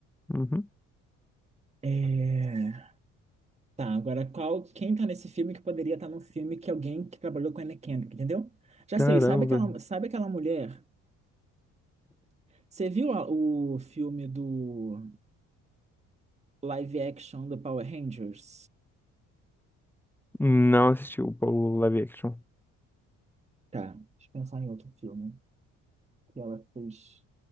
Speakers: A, in the centre; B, on the right.
A: Uhum.
B: É... Tá, agora qual, quem tá nesse filme que poderia estar no filme que alguém que trabalhou com a Anna Kendrick, entendeu? Já
A: Caramba.
B: sei, sabe aquela, sabe aquela mulher? Você viu a- o filme do live action do Power Rangers.
A: Não assisti o o live action.
B: Tá. Deixa eu pensar em outro filme que ela fez.